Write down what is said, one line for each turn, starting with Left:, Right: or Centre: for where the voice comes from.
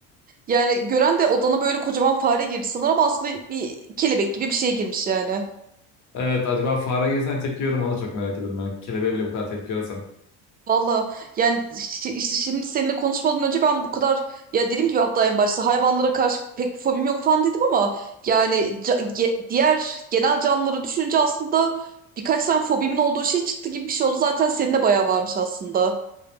Right: Yani gören de odana böyle kocaman fare girdi sanır ama aslında bir kelebek gibi bir şey girmiş yani.
Left: Evet acaba fare girsene tepki veririm ona çok merak ediyorum. Yani kelebeğe bile bu kadar tepki verirsem.
Right: Valla yani şi- işte şimdi seninle konuşmadan önce ben bu kadar ya dediğim gibi hatta en başta hayvanlara karşı pek bir fobim yok falan dedim ama yani ca- ge- diğer genel canlıları düşününce aslında birkaç tane fobimin olduğu şey çıktı gibi bir şey oldu. Zaten senin de bayağı varmış aslında.